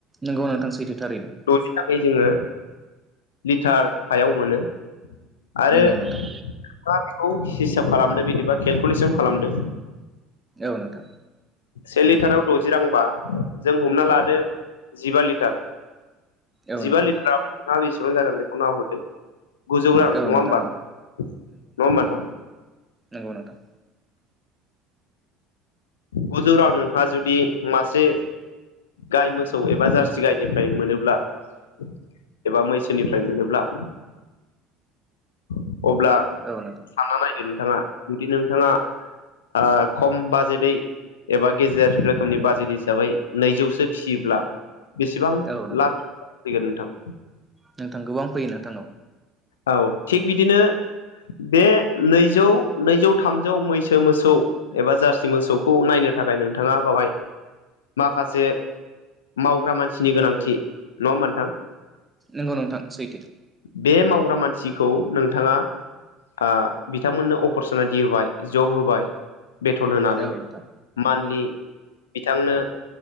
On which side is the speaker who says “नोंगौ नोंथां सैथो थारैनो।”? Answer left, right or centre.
Right